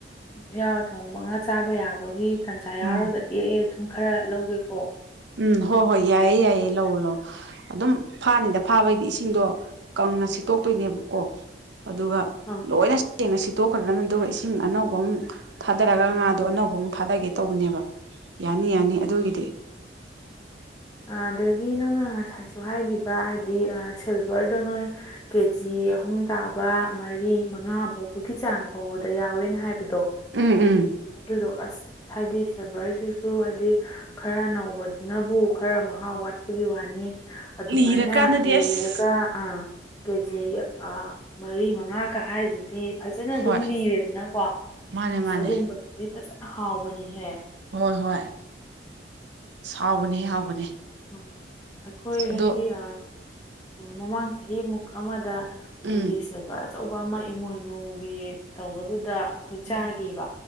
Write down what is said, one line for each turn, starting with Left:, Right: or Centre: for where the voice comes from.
Left: ꯌꯥꯌꯥꯎ ꯊꯣꯡꯕꯒ ꯆꯥꯕ ꯌꯥꯕꯒꯤ ꯇꯟꯖꯥ
Right: ꯎꯝ
Left: ꯌꯥꯎꯔꯒꯗꯤ ꯑꯩ ꯑꯗꯨꯝ ꯈꯔ ꯂꯧꯒꯦꯀꯣ
Right: ꯎꯝ ꯍꯣ ꯍꯣꯏ ꯌꯥꯏꯌꯦ ꯌꯥꯏꯌꯦ ꯂꯑꯣ ꯂ ꯑꯗꯨꯝ ꯐꯥꯅꯤꯗ ꯐꯥꯕꯩꯗꯤ ꯏꯁꯤꯡꯗꯣ ꯀꯪꯅ ꯁꯤꯠꯇꯣꯛꯇꯣꯏꯅꯦꯕꯀꯣ ꯑꯗꯨꯒ
Left: ꯑ
Right: ꯂꯣꯏꯅ ꯁꯦꯡꯅ ꯁꯤꯠꯇꯣꯛꯈ꯭ꯔꯗꯕꯅꯤ ꯑꯗꯨꯒ ꯏꯁꯤꯡ ꯑꯅꯧꯕ ꯑꯃꯨꯛ ꯊꯥꯗꯔꯒ ꯉꯥꯗꯣ ꯑꯅꯧꯕ ꯑꯃꯨꯛ ꯊꯥꯗꯒꯦ ꯇꯧꯕꯅꯦꯕ ꯌꯥꯅꯤ ꯌꯥꯅꯤ ꯑꯗꯨꯒꯤꯗꯤ
Left: ꯑꯗꯒꯤ ꯅꯪꯅ ꯉꯁꯥꯏꯁꯨ ꯍꯥꯏꯈꯤꯕ ꯍꯥꯏꯗꯤ ꯁꯤꯜꯚꯔꯗꯣ ꯅꯣꯏ ꯀꯦꯖꯤ ꯑꯍꯨꯝ ꯇꯥꯕ ꯃꯔꯤ ꯃꯉꯥ ꯐꯥꯎꯕꯒꯤ ꯆꯥꯡ ꯐꯥꯎꯕꯗ ꯌꯥꯎꯋꯦꯅ ꯍꯥꯏꯕꯗꯣ
Right: ꯎꯝ ꯎꯝ
Left: ꯑꯗꯨꯗꯣ ꯑꯁ ꯍꯥꯏꯗꯤ ꯁꯤꯜꯚꯔꯁꯤꯁꯨ ꯍꯥꯏꯗꯤ ꯈꯔ ꯅꯧꯕ ꯅꯕꯨ ꯈꯔ ꯃꯍꯥꯎ ꯋꯥꯠꯄꯒꯤ ꯋꯥꯅꯤ ꯑꯗꯨꯃꯥꯏꯅ
Right: ꯂꯤꯔꯀꯥꯟꯗꯗꯤ
Left: ꯂꯤꯔꯒ
Right: ꯑꯁ
Left: ꯑꯥ ꯀꯦꯖꯤ ꯃꯔꯤ ꯃꯉꯥꯒ ꯍꯥꯏꯁꯤꯗꯤ ꯐꯖꯅ ꯑꯗꯨꯝ
Right: ꯍꯣꯏ
Left: ꯂꯤꯔꯦꯗꯅꯀꯣ ꯑꯁ
Right: ꯃꯥꯅꯦ ꯃꯥꯅꯦ
Left: ꯑꯗꯨꯝꯕꯗꯨꯗꯤ ꯐꯖꯅ ꯍꯥꯎꯕꯅꯤꯍꯦ
Right: ꯍꯣꯏ ꯍꯣꯏ ꯍꯥꯎꯕꯅꯦ ꯍꯥꯎꯕꯅꯦ
Left: ꯎꯝ ꯑꯩꯈꯣꯏ
Right: ꯑ
Left: ꯍꯥꯏꯗꯤ
Right: ꯑꯣ
Left: ꯑ ꯃꯃꯥꯡ ꯆꯍꯤꯃꯨꯛ ꯑꯃꯗ ꯑꯩꯈꯣꯏꯒꯤ
Right: ꯎꯝ
Left: ꯑ ꯑꯆꯧꯕ ꯑꯃ ꯏꯃꯣꯏꯅꯨꯒꯤ ꯇꯧꯕꯗꯨꯗ ꯑꯩꯈꯣꯏ
Right: ꯎꯝ
Left: ꯆꯥꯈꯤꯕ